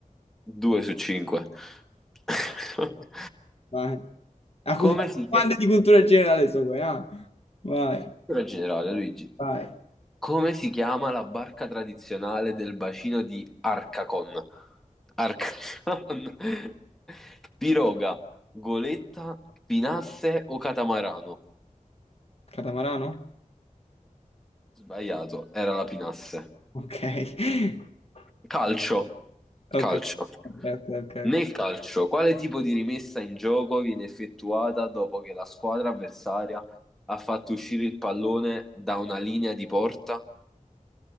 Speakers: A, in the centre; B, on the left.
A: 2 su 5. <laughs>
B: Vai. Ah, fu-
A: Come si
B: Quante
A: chiama?
B: di cultura generale sono qua? ah? Vai,
A: Cultura generale, Luigi.
B: vai.
A: Come si chiama la barca tradizionale del bacino di Arcacon? Arcacon. <laughs> Piroga, goletta, pinasse o catamarano?
B: Catamarano?
A: Sbagliato, era la pinasse.
B: Ok. <laughs>
A: Calcio.
B: Ok.
A: Calcio.
B: Ok, ok, ok. ok.
A: Nel calcio, quale tipo di rimessa in gioco viene effettuata dopo che la squadra avversaria ha fatto uscire il pallone da una linea di porta?